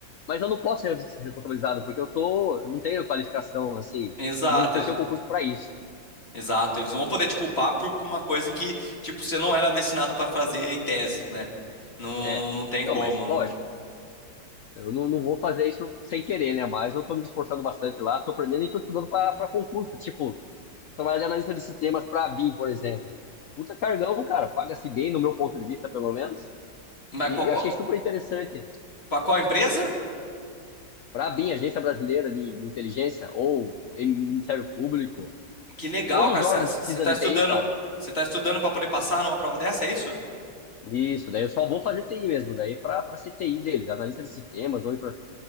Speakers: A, on the left; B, on the left.
A: Mas eu não posso ser responsabilizado, porque eu tô. Eu não tenho qualificação, assim.
B: exato,
A: Não prestei
B: eles-
A: o concurso pra isso.
B: exato. Eles não vão poder te culpar por, por uma coisa que, tipo, você não era destinado para fazer em tese, né? Não,
A: É.
B: não, não tem
A: Então,
B: como,
A: mas,
B: não.
A: lógico. Eu não, não vou fazer isso sem querer, né? Mas eu tô me esforçando bastante lá, tô aprendendo e tô estudando para concurso. Tipo, trabalhar de analista de sistemas para a BIM, por exemplo. Puta cargão, cara. Paga-se bem, no meu ponto de vista, pelo menos.
B: Mas
A: E
B: qual, qual,
A: eu achei super interessante.
B: pra qual empresa?
A: Para a BIM, Agência Brasileira de de Inteligência, ou em Ministério Público,
B: Que legal,
A: todos
B: cara.
A: os órgãos
B: Você tá você
A: que precisam
B: tá
A: de
B: estudando,
A: TI, cara.
B: você tá estudando para poder passar numa prova dessa, é isso?
A: Isso, daí eu só vou fazer TI mesmo, daí para ser TI deles, analista de sistemas ou infra,